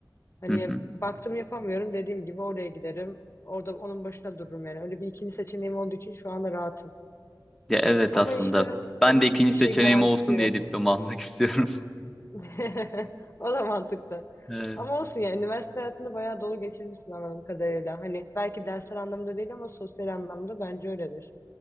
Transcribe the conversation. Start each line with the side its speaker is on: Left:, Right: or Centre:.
Left: Hani
Centre: Hı hı.
Left: baktım yapamıyorum dediğim gibi oraya giderim. Orada onun başına dururum yani. Öyle bir ikinci seçeneğim olduğu için şu anda rahatım.
Centre: Ya evet
Left: Ama
Centre: aslında.
Left: işte hani
Centre: Ben
Left: tabii
Centre: de
Left: ki
Centre: ikinci
Left: hiçbir
Centre: seçeneğim
Left: şeyin garantisi
Centre: olsun
Left: yok.
Centre: diye diploma almak <laughs> istiyorum.
Left: <laughs> O da mantıklı.
Centre: Evet.
Left: Ama olsun yani üniversite hayatını bayağı dolu geçirmişsin anladığım kadarıyla. Hani belki dersler anlamında değil ama sosyal anlamda bence öyledir.